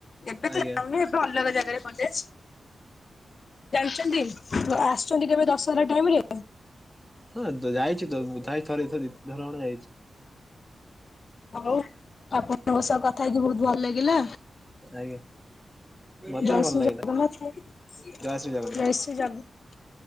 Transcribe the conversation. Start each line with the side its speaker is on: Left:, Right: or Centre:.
Left: ଏବେ
Centre: ଆଜ୍ଞା
Left: ତ ଯାଉନି ଏବେ ଅଲଗା ଜାଗାରେ କଲେଜ। ଜାଣିଛନ୍ତି ଆସୁଛନ୍ତି କେବେ ଦଶହରା ଟାଇମରେ।
Centre: ହଁ ଯାଇଛି ତ ଧଥାଇ ଥରେ ଥ ଧର ହଣ ଯାଇଛି <inaudible>
Left: ହଉ ଆପଣଙ୍କ ସହ କଥା ହେଇକି ବହୁତ ଭଲ ଲାଗିଲା।
Centre: ଆଜ୍ଞା। ମତେ
Left: ଜୟ
Centre: ବି ଭଲ
Left: ଶ୍ରୀ
Centre: ଲାଗିଲା
Left: ଜଗନ୍ନାଥ ଜୟ
Centre: ଶ୍ରୀ ଜଗନ୍ନାଥ
Left: ଶ୍ରୀ ଜଗନ୍ନାଥ।